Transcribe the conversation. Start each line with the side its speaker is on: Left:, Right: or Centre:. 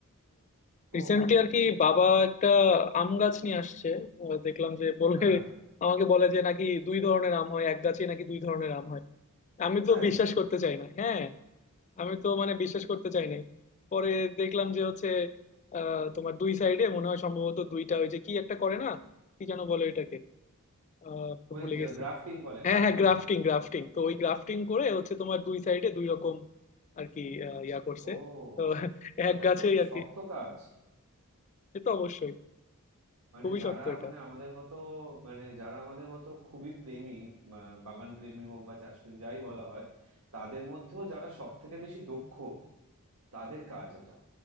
Right: ও
Left: রিসেন্টলি আর কি বাবা একটা আম গাছ নিয়ে আসছে আহ, দেখলাম যে বলে
Right: হ্যাঁ
Left: আমাকে বলে যে নাকি দুই ধরনের আম হয় এক গাছে নাকি দুই ধরনের আম হয় আমি
Right: তাই
Left: তো বিশ্বাস করতে চাই না হ্যাঁ আমি তো মানে বিশ্বাস করতে চাই নাই পরে দেখলাম যে হচ্ছে আহ তোমার দুই সাইডে মনে হয় সম্ভবত দুইটা ওই যে কি একটা করে না কি যেন বলে এটাকে আহ
Right: ওই
Left: ভুলে
Right: যে
Left: গেছি
Right: গ্রাফটিং বলে
Left: হ্যাঁ
Right: গ্রাফটিং
Left: হ্যাঁ গ্রাফটিং গ্রাফটিং তো ওই গ্রাফটিং করে হচ্ছে তোমার দুই সাইডে দুই রকম আর কি আহ, ইয়া করছে
Right: ও
Left: তো <laughs>
Right: ওটা
Left: এক গাছেই
Right: কিন্তু খুব
Left: আর
Right: শক্ত
Left: কি
Right: কাজ
Left: সে তো অবশ্যই
Right: মানে
Left: খুবই
Right: যারা
Left: শক্ত এটা
Right: মানে আমাদের মতো মানে যারা আমাদের মতো খুবই প্রেমী বা- বাগান প্রেমী হোক বা চাষ প্রেমী যাই বলা হয় তাদের মধ্যেও যারা সব থেকে বেশি দক্ষ তাদের কাজ এটা